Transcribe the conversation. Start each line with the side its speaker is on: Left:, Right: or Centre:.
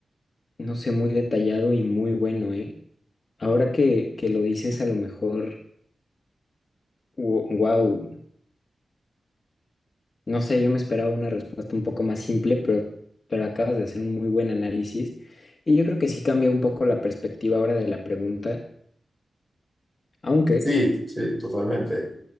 Left: No sé, muy detallado y muy bueno, ¿eh? Ahora que, que lo dices, a lo mejor, wow, no sé, yo me esperaba una respuesta un poco más simple, pero, pero acabas de hacer un muy buen análisis y yo creo que sí cambia un poco la perspectiva ahora de la pregunta, aunque
Centre: Sí, sí, totalmente.